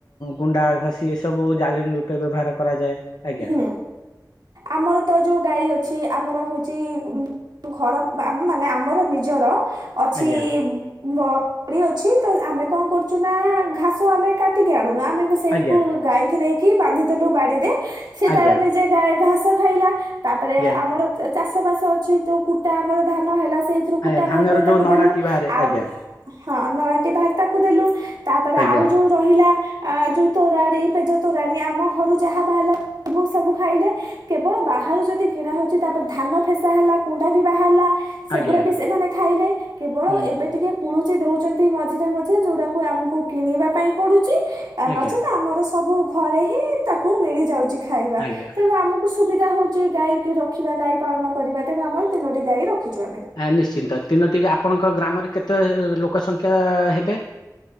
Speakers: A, on the left; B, on the right.
A: ଗୁଣ୍ଡା ଘଷି ଏସବୁ ଜାଳିଣୀ ରୂପେ ବ୍ୟବହାର କରାଯାଏ। ଆଜ୍ଞା
B: ହୁଁ ଆମର ତ ଯଉ ଗାଈ ଅଛି ଆମର ହଉଚି ଘର ଆ-ମାନେ ଆମର ନିଜର ଅଛି
A: ଆଜ୍ଞା
B: ବ ବାଡି ଅଛି ତ ଆମେ କଣ କରୁଚୁ ନା ଘାସ ଆମେ କାଟିକି ଆଣୁନୁ ଆମେ ସେଇ
A: ଆଜ୍ଞା
B: କୁ ଗାଈକି ନେଇକି ବାନ୍ଧିଦେଲୁ ବାଡିରେ ସେ
A: ଆଜ୍ଞା
B: ତାର ନିଜେ ଗାଈ ଘାସ ଖାଇଲା ତାପରେ
A: ଆଜ୍ଞା
B: ଆମର ଏ ଚାଷ ବାସ ଅଛି ଯଉ କୁଟା ଆମର ଧାନ ହେଲା ସେଇଥିରୁ
A: ଆଜ୍ଞା
B: କୁଟା
A: ଧାନର
B: ବାହାର କରି
A: ଯୋଉ
B: ତାକୁ
A: ନଡାଟି
B: ଦେଲୁ
A: ବାହାରେ
B: ଆଉ
A: ଆଜ୍ଞା
B: ହଁ ନଡାଟି ବାହାରି ତାକୁ ଦେଲୁ ତାପରେ
A: ଆଜ୍ଞା
B: ଆଉ ଯଉ ରହିଲା ଆ ଯଉ ତୋରାଣି ପେଜ ତୋରାଣୀ ଆମ ଘରୁ ଯାହା ବାହାରିଲା ସବୁ -ସବୁ ଖାଇଲେ। କେବଳ ବାହାରୁ ଯଦି କିଣା ହଉଚି ତାପରେ ଧାନ ଫେସା ହେଲା କୁଣ୍ଡା ବି ବାହାରିଲା ସେଗୁଡା
A: ଆଜ୍ଞା
B: ବି ସେମାନେ ଖାଇଲେ କେବଳ
A: ହୁଁ
B: ଏବେ ଟିକେ କୁଳୁଚି ଦଉଚନ୍ତି ମଝିରେ ମଝିରେ ଯଉଟାକୁ ଆମକୁ କିଣିବା ପାଇଁ ପଡୁଚି ଆ
A: ଆଜ୍ଞା
B: ନଚେତ ଆମର ସବୁ ଘରେ ହିଁ ତାକୁ ମିଳି ଯାଉଚି ଖାଇବା
A: ଆଜ୍ଞା
B: ତେଣୁ ଆମକୁ ସୁବିଧା ହଉଚି ଗାଈକି ରଖିବା ଗାଈ ପାଳନ କରିବା ତେଣୁ ଆମର ତିନୋଟି ଗାଈ ରଖିଚୁ ଆମେ।
A: ନିଶ୍ଚିନ୍ତ ତିନୋଟି- ଆପଣଙ୍କ ଗ୍ରାମରେ କେତେ ଲୋକ ସଂଖ୍ୟା ହେବେ?